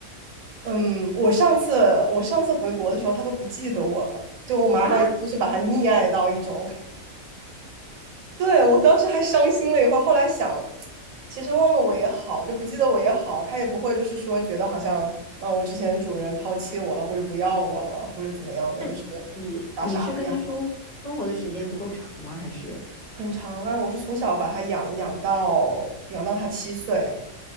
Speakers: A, on the right (about 75°); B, on the left (about 55°).
A: 嗯，我上次我上次回国的时候，她都不记得我了，就我妈妈就是把它溺爱到一种。
B: 啊。
A: 对，我当时还伤心了一会儿，后来想，其实忘了我也好，就不记得我也好，他也不会就是说觉得好像，嗯，我之前主人抛弃我了，或者不要我了，或者怎么样的，
B: 那你你是跟他生生活的时间不够长吗？
A: 就是傻傻的也好，
B: 还是
A: 很长啊。我是从小把它养养到养到它七岁，